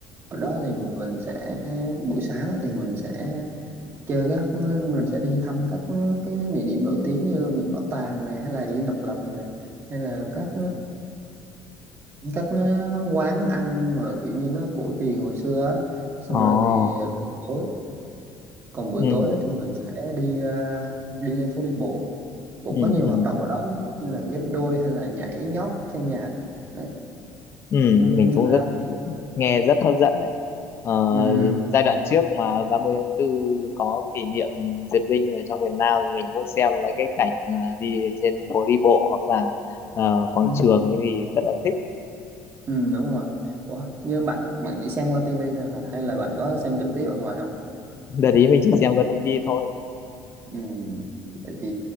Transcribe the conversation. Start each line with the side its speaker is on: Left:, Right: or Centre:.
Right: ở đó thì mình sẽ buổi sáng á thì mình sẽ chơi các mình sẽ đi thăm các cái địa điểm nổi tiếng như Viện Bảo tàng này hay là Dinh Độc Lập này hay là các các quán ăn mà kiểu như nó cổ truyền hồi xưa á xong
Left: ồ
Right: rồi thì tối còn buổi
Left: ừ
Right: tối ấy thì mình sẽ đi à, đi lên phố đi bộ cũng
Left: ừ
Right: có nhiều
Left: ừ
Right: hoạt động ở đó như là ghép đôi hay là nhảy nhót theo nhạc Đấy.
Left: ừ
Right: Ừm,
Left: mình
Right: ngoài
Left: cũng
Right: ra
Left: rất
Right: thì
Left: nghe rất hấp dẫn đấy Ờ,
Right: ừm,
Left: giai đoạn trước mà ba mươi tháng 4 có kỷ niệm duyệt binh ở trong miền Nam mình cũng xem mấy cái cảnh ờ, đi trên phố đi bộ hoặc là ờ, quảng
Right: ừm,
Left: trường ấy thì rất là thích
Right: ừm, đúng rồi Ủa, như bạn bạn chỉ xem qua tivi thôi hả hay là bạn có xem trực tiếp ở ngoài không
Left: đợt ý mình chỉ xem qua tivi thôi
Right: Ừm, vậy thì